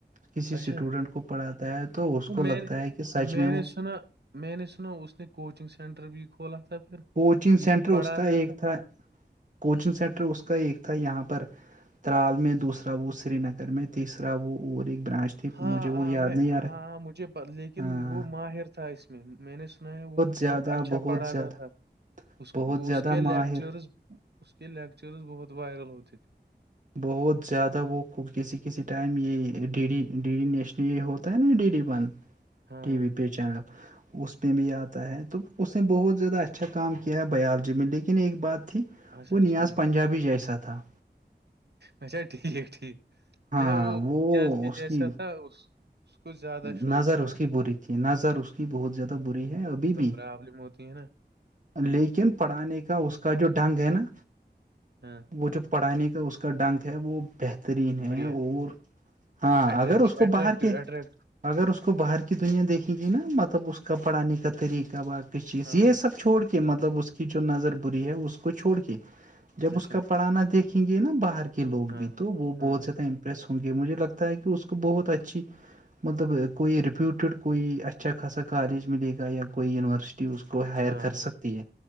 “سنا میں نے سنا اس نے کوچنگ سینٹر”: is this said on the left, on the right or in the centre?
Right